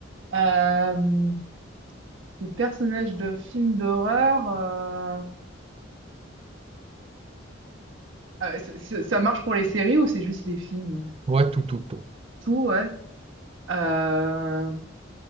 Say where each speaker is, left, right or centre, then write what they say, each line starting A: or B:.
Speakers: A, on the right (about 75°); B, on the right (about 30°).
A: Euh, les personnages de films d'horreur, euh, euh, c- c- ça marche pour les séries ou c'est juste les films?
B: ouais, tout, tout, tout.
A: Tout, ouais. Euh,